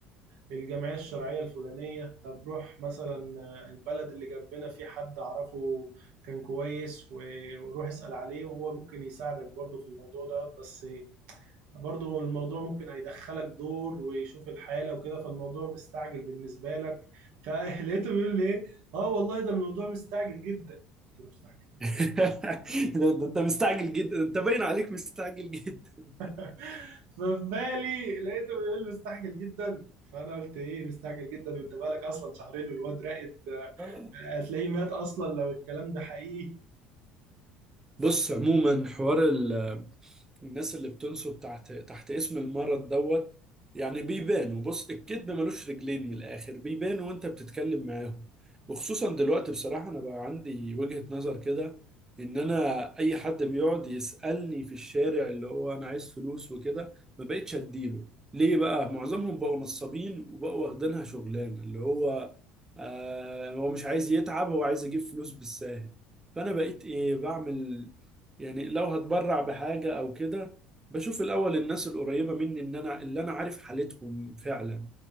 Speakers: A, on the right; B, on the right.
A: الجمعيه الشرعيه الفلانيه طب روح مثلا البلد اللي جنبنا في حد اعرفه كان كويس و- وروح اسال عليه وهو ممكن يساعدك برضه في الموضوع ده بس برضو الموضوع ممكن هيدخلك دور ويشوف الحالة وكده فالموضوع مستعجل بالنسبة لك <laughs> فلقيته بيقول لي ايه اه والله ده الموضوع مستعجل جدا قلت له مستعجل ليه؟
B: <laughs>
A: يعني
B: ده ده انت مستعجل جدا انت باين عليك مستعجل جدا
A: <laughs> ففي بالي لقيته بيقول لي مستعجل جدا فانا قلت ايه مستعجل جدا وانت بالك اصلا شهرين والواد راقد
B: آه.
A: هتلاقيه مات اصلا لو الكلام ده حقيقي
B: بص عموما حوار ال الناس اللي بتنسب تحت تحت اسم المرض دوت يعني بيبانوا بص الكذب ملوش رجلين من الآخر بيبانوا وانت بتتكلم معاهم وخصوصا دلوقتي بصراحة انا بقى عندي وجهة نظر كده ان انا اي حد بيقعد يسألني في الشارع اللي هو انا عايز فلوس وكده ما بقتش اديله ليه بقى معظمهم بقوا نصابين وبقوا واخدينها شغلانة اللي هو آه هو مش عايز يتعب هو عايز يجيب فلوس بالساهل فانا بقيت ايه بعمل يعني لو هتبرع بحاجة أو كده بشوف الأول الناس القريبة مني إن أنا اللي أنا عارف حالتهم فعلا